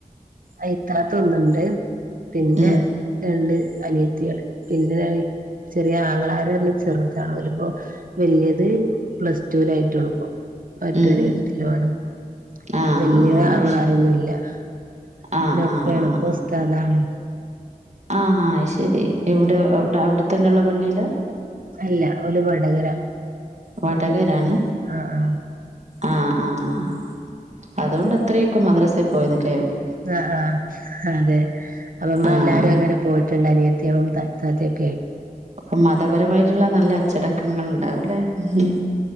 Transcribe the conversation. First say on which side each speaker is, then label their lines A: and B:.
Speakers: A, on the right (about 65°); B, on the right (about 50°).
A: അയിത്താത്തൊന്നുണ്ട് പിന്നെ
B: ഉം
A: രണ്ട് അനിയത്തികള് പിന്നെ ചെറിയ ആങ്ങളാര് പറഞ്ഞ ചെറുതാണ് പോലപ്പോ വല്യത് പ്ലസ് ലായിട്ട് കൊളപ്പോ മറ്റൊരുടത്തിലണ്
B: ഉം ആഹ്
A: വല്യ
B: ആഹ് ആഹ്
A: അങ്ങ
B: അയ്ശ
A: ആരൊന്നുംല്ലന്ന
B: ആഹ്
A: ഒപ്പണപ്പസ്താതാണ്
B: ആഹ് ആഹ് ആഹ് ആഹ് ആഹ് ശരി എവിടെടെ അവിടെത്തന്നെുള്ളള്ള പള്ളിയില
A: അല്ല ഒരു വടകര
B: വാടകരാണ്
A: ആഹ് ആഹ്
B: ആഹ് ആഹ് അതുകൊണ്ട് അത്രയൊക്കെ മദ്രസ പോയുന്നില്ലേ
A: ആഹ് ആഹ് അതെ അപ്പമ്മ
B: ആഹ്
A: എല്ലാരും അങ്ങനെ പോയിട്ട മ അനിയത്തിളും ഇത്താതെയും
B: അപ്പൊ മതപരമായിട്ടുള്ള നല്ല അച്ചടക്കങ്ങൾ ഉണ്ടാവൂലേ ഉ